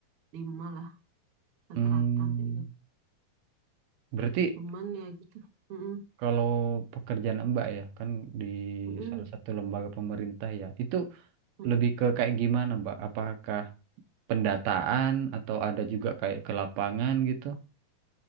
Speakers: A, on the right; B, on the right.
A: lima lah rata-rata
B: Hmm,
A: kayak gitu.
B: berarti
A: Cuman ya gitu. Mm-mm,
B: kalau pekerjaan Mbak ya kan di
A: mm-mm,
B: salah satu lembaga pemerintah ya, itu
A: mm-mm.
B: lebih ke kayak gimana Mbak? Apakah pendataan atau ada juga kayak ke lapangan gitu?